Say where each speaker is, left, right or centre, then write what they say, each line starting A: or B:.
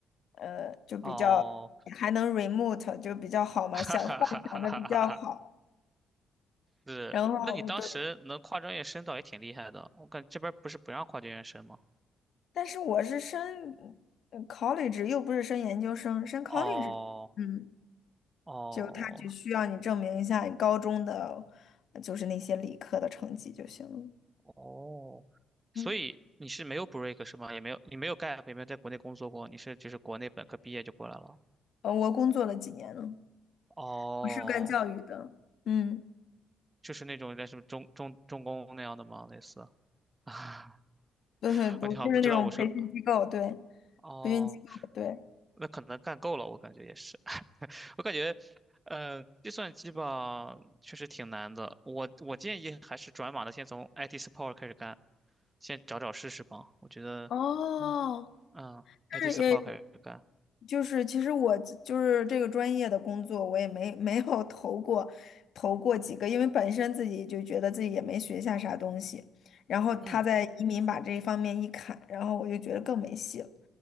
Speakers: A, on the left; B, on the right.
A: 呃，就比较
B: 哦，
A: 还能 remote，就比较好嘛，
B: <laughs> 哈哈哈哈哈哈哈！
A: 想幻想的比较好。
B: 是，
A: 然后对
B: 那你当时能跨专业申到也挺厉害的。我感这边儿不是不让跨专业申吗？
A: 但是我是升嗯 college，又不是升研究生，升 college
B: 哦
A: 嗯，
B: 哦
A: 就他只需要你证明一下你高中的，呃就是那些理科的成绩就行了。
B: 哦，
A: 嗯，
B: 所以你是没有 break 是吗？也没有，你没有干，也没有在国内工作过，你是就是国内本科毕业就过来了。
A: 呃，我工作了几年了，
B: 哦，
A: 我是干教育的。嗯，
B: 就是那种在什么中中重工那样的吗？类似啊，<laughs>
A: 对，不就是那种培训机构，
B: 啊你好像不知道我说
A: 对，
B: 哦，
A: 培训机构，对，
B: 那可能干够了，我感觉也是。我感觉，呃，计算机吧，确实挺难的。我我建议还是转码的，先从 IT support 开始干，先找找试试吧。我觉得，
A: 哦，
B: 嗯，IT
A: 但是也
B: support 开始干，
A: 就是其实我就是这个专业的工作，我也没没有投过，投过几个，因为本身自己就觉得自己也没学下啥东西，然后他在移民把这一方面一砍，
B: 嗯，
A: 然后我就觉得更没戏了，